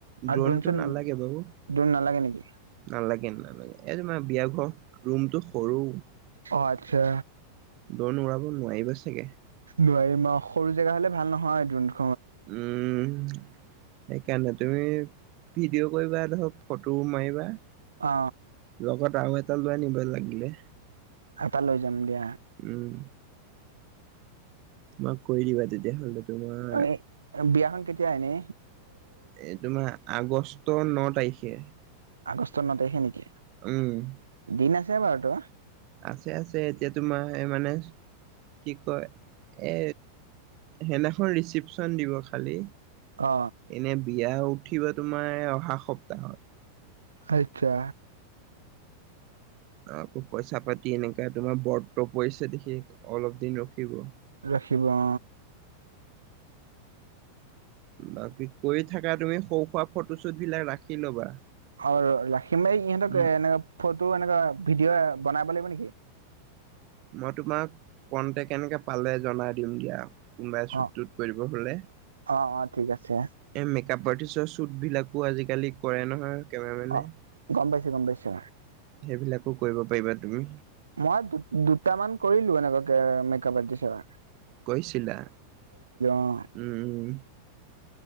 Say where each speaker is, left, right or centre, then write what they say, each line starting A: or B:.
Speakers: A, on the right (about 40°); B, on the right (about 75°).
A: ড্ৰোনটো
B: আৰু দ্ৰোনচোন
A: নালাগে
B: দ্ৰোন
A: বাৰু
B: নালাগে নেকি?
A: নালাগে নালাগে এই তোমাৰ বিয়া ঘৰত ৰুমটো সৰু।
B: অ আচ্ছা।
A: দৌন উৰাব নোৱাৰিব চাগে!
B: নোৱাৰি অহ সৰু জেগা হ'লে ভাল নহয় দৌনটো।
A: উম। সেইকাৰণে তুমি ভিডিঅ' কৰিবা ধৰক ফটোও মাৰিবা।
B: অ।
A: লগত আৰু এটা লৈ আনিবা লাগিলে।
B: এটা লৈ যাম দিয়া।
A: উম। মাক কৈ দিবা তেতিয়াহ'লে। তোমাৰ
B: অ এ বিয়াখন কেতিয়া এনে?
A: এই তোমাৰ আগষ্ট ন তাৰিখে
B: আগষ্টৰ ন তাৰিখে নেকি
A: উম
B: দিন আছে বাৰু তো
A: আছে আছে এতিয়া তোমাৰ মানে কি কয় এ সেইদিনাখন ৰিচিপশ্যন দিব খালী
B: অ
A: এনে বিয়া উঠিব তোমাৰ অহা সপ্তাহত
B: আচ্ছা
A: আকৌ পইচা পাতি এনেকা তোমাৰ বৰ্ত পৰিছে দেখি অলপ দিন ৰখিব
B: ৰাখিব অ
A: বাকী কৰি থাকা তুমি সৰু সুৰা ফটোশ্বুট বিলাক ৰাখি লবা
B: অ ৰাখিমেই ইহঁতক
A: উম,
B: এনো ফটো এনেকুৱা ভিডিঅ' বনাব লাগিব নেকি
A: মই তোমাক কণ্টেক্ট এনেকে পালে জনাই দিম দিয়া কোনবাই চুট
B: অ',
A: তুত কৰিব হলে
B: অ', অ', ঠিক আছে
A: এই মেকআপ আৰ্টিষ্টৰ শ্বুটবিলাকো আজিকালি কৰে নহয় কেমেৰামেনে
B: অ'। গম পাইছো গম পাইছো
A: সেইবিলাকো কৰিব পাৰিবা তুমি
B: মই দুটামান কৰিলো এনেকুৱাকে মেকপআৰ্টিষ্টৰ
A: কৈছিলা
B: অ',
A: উম উম